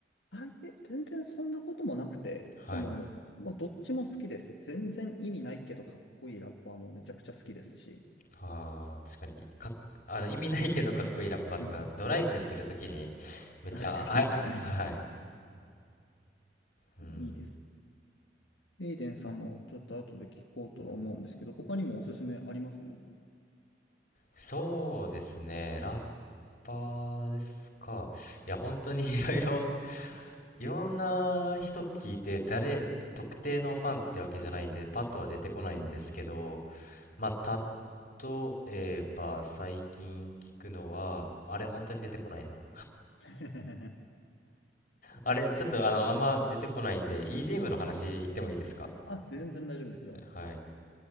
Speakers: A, on the left; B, on the left.
A: あ、いえ、全然そんなこともなくて、
B: はい。
A: その、もうどっちも好きです。全然意味ないけど、かっこいいラッパーもめちゃくちゃ好きですし。
B: ああ、確かに、かっ、あの、意味ないけどかっこいいラッパーとか、
A: うん。
B: ドライブするときに、
A: <laughs>
B: めっちゃ、
A: あめちゃくちゃいいですよね。
B: あ、あ、はい。うん。
A: <laughs> いいです。エイデンさんもちょっと後で聞こうとは思うんですけど、他にもおすすめありますう
B: そうですね、ラッパーですか。いや、本当に <laughs> いろいろ、いろんな人聞いて、誰、特定のファンってわけじゃないんで、パッとは出てこないんですけど、
A: ん。
B: まあ、例えば、最近聞くのは、あれ、本当に出てこないな。
A: <laughs>
B: あれ、ちょっと、あの、あんま出てこないんで、EDM の話言ってもいいですか
A: OK あ、全然大丈夫ですよ。
B: はい。